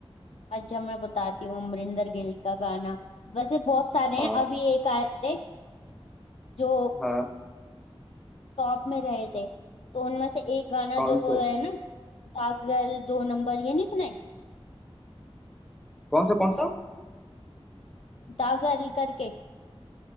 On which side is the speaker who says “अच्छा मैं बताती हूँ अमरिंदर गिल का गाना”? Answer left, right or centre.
Left